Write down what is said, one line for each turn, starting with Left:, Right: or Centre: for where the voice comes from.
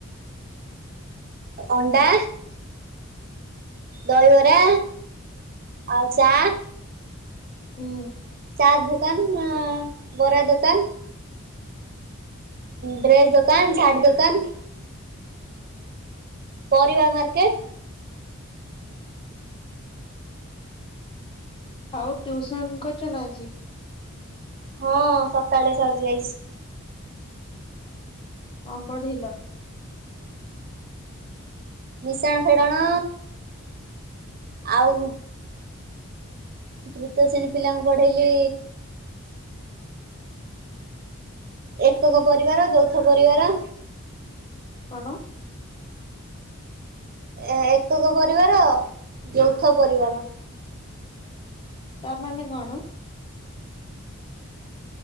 Right: ଅଣ୍ଡା, ଦହିବରା ଆଉ
Left: ହୁଁ
Right: ଚା
Left: ହୁଁ।
Right: ଚାର୍ଟ ଧୁକାନ, ବରା ଦୋକାନ। ଡ୍ରେସ୍ ଦୋକାନ ଶାଢ଼ୀ ଦୋକାନ ପରିବା ମାର୍କେଟ।
Left: ଆଉ ଟିଉସନ କରୁଛ ନା ଆଜି?
Right: ହଁ ସକାଳେ ସରିଯାଇଛି।
Left: କଣ ପଢ଼ିଲ?
Right: ମିଶାଣ ଫେଡଣା ଆଉ ତୃତୀୟ ଶ୍ରେଣୀ ପିଲାଙ୍କୁ ପଢେଇଲି ଏକକ ପରିବାର ଯୌଥ ପରିବାର।
Left: କଣ?
Right: ଏକକ ପରିବାର ଯୌଥ ପରିବାର।
Left: ତା ମାନେ କଣ?